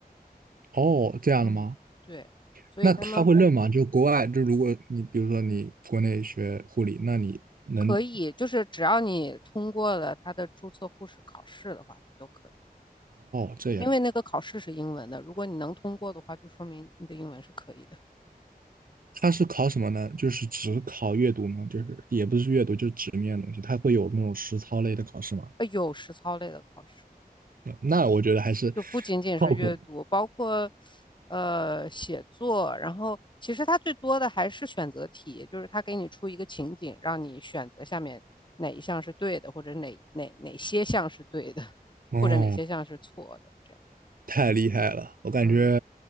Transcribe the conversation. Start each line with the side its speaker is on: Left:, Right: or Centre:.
Right: 哦，这样的吗？
Left: 嗯，对，所以他们
Right: 那他会认吗？就国外，就如果你比如说你国内学护理，那你能
Left: 可以，就是只要你通过了他的注册护士考试的话，就都可以。
Right: 哦这样，
Left: 因为那个考试是英文的，如果你能通过的话，就说明你的英文是可以的。
Right: 他是考什么呢？就是只考阅读吗？就是也不是阅读，就是纸面的东西，他会有那种实操类的考试吗？
Left: 呃，有实操类的考试，
Right: 嗯那我觉得还是
Left: 就不仅仅是阅读，
Right: 靠谱
Left: 包括呃写作，然后其实它最多的还是选择题，就是它给你出一个情景，让你选择下面哪一项是对的，或者哪哪哪些项是对的，
Right: 哦，
Left: 或者哪些项是错的，这样。
Right: 太厉害了，我感觉
Left: 嗯。